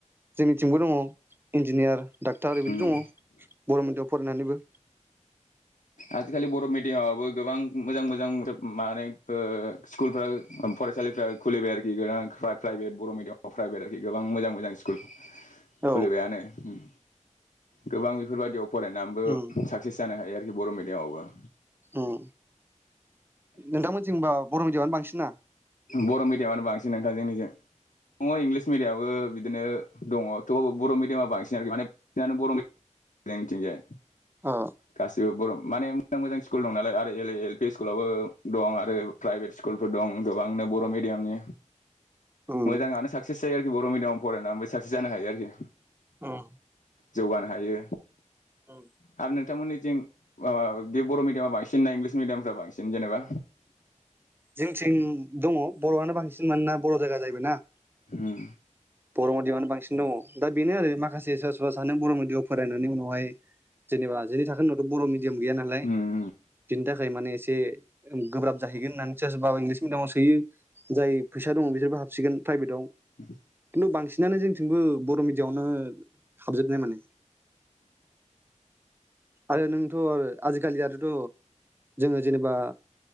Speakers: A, on the right (about 15°); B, on the left (about 85°).
A: जोंनिथिंबो दङ'। इन्जिनियार डाक्टार बिदि
B: उम
A: दङ' बर' मिडियाम फरायनानैबो।
B: आजिखालि बर' मिडियामाबो गोबां मोजां मोजां माने ओ स्कुलफोरा फरायसालिफ्रा खुलिबाय आरोखि गोदान प्राइभेट बर' मिडियामाव प्राइभेट आरोखि गोबां मोजां मोजां स्कुल।
A: औ
B: खुलिबायानो उम। गोबां बेफोरबायदियाव फरायनाबो
A: उम
B: साक्सेस जानो हायो आरो बर' मिडियामावबो।
A: ओं नोंथांमोनथिं होनबा बर' मिडियामानो बांसिन ना?
B: बर' मिडियामानो बांसिन नोंथां जोंनिजों। अ इंलिस मिडियाबो बिदिनो दङ'।थेवबाबो बर' मिडियामा बांसिन आरोखि माने बांसिनानो बर' मिडियाम जोंनिथिंजाय।
A: अ
B: गासिबो बर' माने मोजां मोजां स्कुल दं नालाय आरो एरै एल पि स्कुलावबो दं आरो प्राइभेट स्कुलफोर दं । बेव गोबांनो बर' मिडियामनि
A: उम
B: मोजाङानो साक्सेस जायो आरोखि बर' मिडयाम फरायनानैबो साक्सेस जानो हायो आरोखि।
A: ओम
B: जौगानो हायो।
A: ओं
B: आरो नोंथांमोननिथिं माबा बे बर' मिडियामा बांसिन ना इंलिस मिडियामफ्रा बांसिन जेनेबा?
A: जोंनिथिं दङ बर'आनो बांसिन मानोना बर' जायगा जाहैबायना।
B: ओम
A: बर मेडियाम आंनो बांसिन दङ। दा बेनो आरो माखासे सोरबा सोरबा सानो बर मिडियामाव फरायनानै उनावहाय, जेनेबा जिनै थाखो उनावथ बर मिडिमि डियाम गैया नालाय
B: उम
A: बिनि थाखाय माने एसे गोब्राब जाहैगोन होन्नानै सोरबा सोरबा इंलिस मिडियामाव सोयो। जाय फैसा दङ बिसोरबो हाबसिगोन। प्राइभेट आव।
B: <inaudible>
A: बांसिनानो जोंथिंबो बर मिडियामआवनो हाबजुबनाय माने। आरो नोंथ आरो आजिखालियाथ जोङो जेनेबा